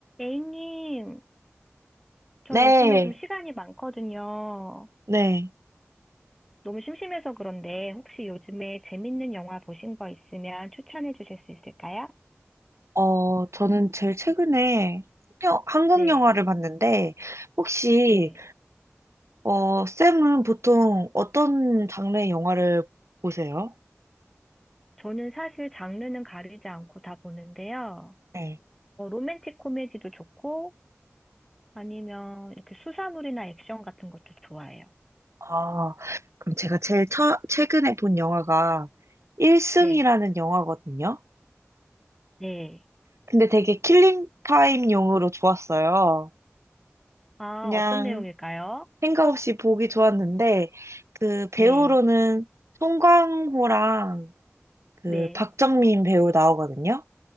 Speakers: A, in the centre; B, on the right.
A: A님, 저
B: 네,
A: 요즘에 좀 시간이 많거든요.
B: 네.
A: 너무 심심해서 그런데 혹시 요즘에 재밌는 영화 보신 거 있으면 추천해 주실 수 있을까요?
B: 어, 저는 제일 최근에 여- 한국
A: 네,
B: 영화를 봤는데, 혹시,
A: 네.
B: 어, 쌤은 보통 어떤 장르의 영화를 보세요?
A: 저는 사실 장르는 가리지 않고 다 보는데요.
B: 네.
A: 어, 로맨틱 코미디도 좋고 아니면 이렇게 수사물이나 액션 같은 것도 좋아해요.
B: 아, 그럼 제가 제일 처, 최근에 본 영화가 일승이라는
A: 네,
B: 영화거든요.
A: 네.
B: 근데 되게 킬링 타임용으로 좋았어요.
A: 아,
B: 그냥
A: 어떤 내용일까요?
B: 생각 없이 보기 좋았는데 그 배우로는
A: 네,
B: 송강호랑 그
A: 네.
B: 박정민 배우 나오거든요.